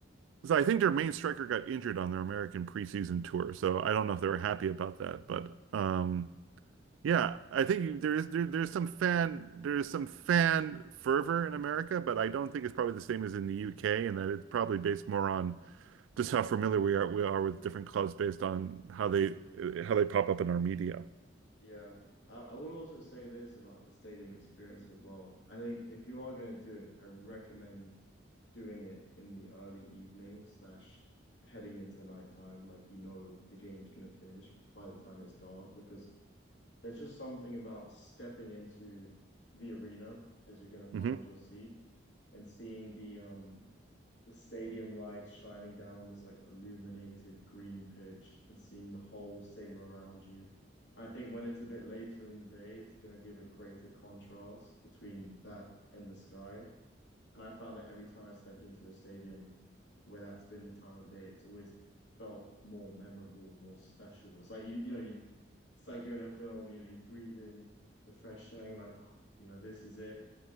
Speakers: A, on the right (about 80°); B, on the left (about 65°).
A: So I think their main striker got injured on their American preseason tour, so I don't know if they were happy about that, but um yeah, I think you, there is there, there's some fan there's some fan fervor in America, but I don't think it's probably the same as in the UK, and that it's probably based more on just how familiar we are we are with different clubs based on how they uh, how they pop up in our media.
B: Yeah. I, I would also say this about the stadium experience as well. I think if you are going to do it, I recommend doing it in the early evening slash heading into nighttime. Like, you know, the game's going to finish by the time it's dark because there's just something about stepping into the arena as you're going to find
A: hmm
B: your seat and seeing the um the stadium lights shining down on this like illuminated green pitch and seeing the whole stadium around you. I think when it's a bit later in the day, it's going to give a greater contrast between that and the sky. And I found that every time I stepped into a stadium where that's been the time of day, it's always felt more memorable, more special. It's like you, you know, you, it's like you're in a film. You know, you breathe in the fresh air, and like, oh, you know, this is it.